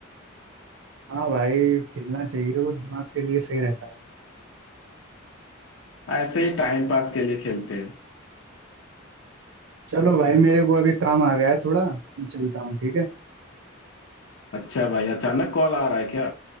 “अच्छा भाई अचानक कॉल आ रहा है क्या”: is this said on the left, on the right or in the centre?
Left